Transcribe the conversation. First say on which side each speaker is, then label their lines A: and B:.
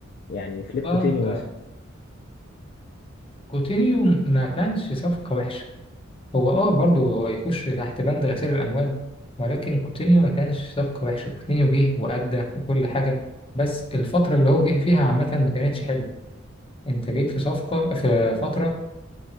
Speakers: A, on the left (about 50°); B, on the left (about 25°).
A: يعني فليب
B: اه
A: كوتينيو
B: انت
A: مثلا
B: كوتينيو ما كانش صفقة وحشة هو اه برضه هو يخش تحت بند غسيل الاموال ولكن كوتينيو ما كانش صفقه وحشه كوتينيو جه وادى وكل حاجه بس الفتره اللي هو جه فيها عامه ما كانتش حلوه انت جيت في صفقه في فتره